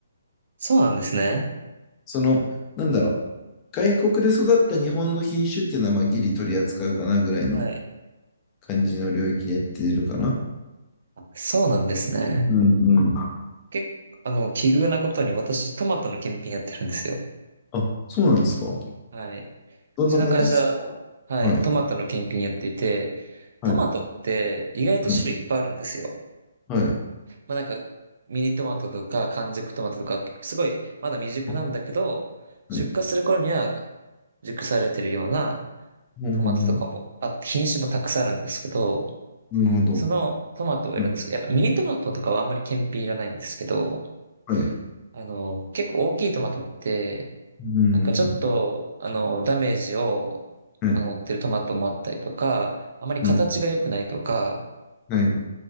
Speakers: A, on the right; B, on the left.
A: そうなんですね。
B: その、なんだろう。外国で育った日本の品種っていうのは、まあ、ギリ取り扱うかなぐらいの
A: はい。
B: 感じの領域でやってるかな。
A: あそうなんですね。
B: うんうん。
A: 結構、あの、奇遇なことに私、トマトの検品やってるんですよ。
B: あ、そうなんですか。
A: はい。う
B: どんな感じですか
A: ちの会社、はい、
B: はい。
A: トマトの検品やっていて、
B: はい。
A: トマトって意外と種類いっぱいあるんですよ。
B: はい。はい。
A: まあなんか、ミニトマトとか完熟トマトとか、すごい、まだ未熟なんだけど、
B: はい
A: 出荷する頃には
B: はい。
A: 熟されてるような
B: ほうほうほう。
A: トマトとかもあって、品種もたくさんあるんですけど、
B: なるほど。
A: そのトマトをやるんですけど、
B: うん。
A: やっぱミニトマトとかはあんまり検品いらないんですけど、
B: はい。
A: あの、結構大きいトマトって、
B: うん。
A: なんかちょっと、あの、ダメージを、
B: はい。
A: あの、負ってるトマトもあったりとか、あまり形が良くないとか、
B: うん。はい。